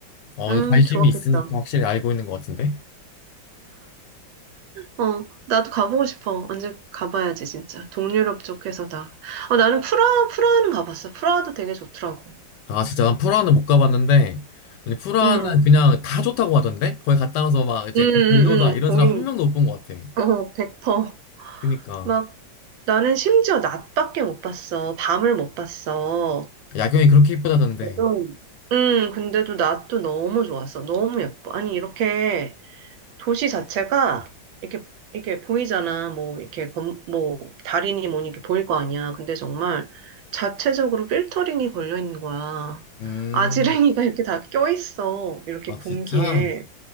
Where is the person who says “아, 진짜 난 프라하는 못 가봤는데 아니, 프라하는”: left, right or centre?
Left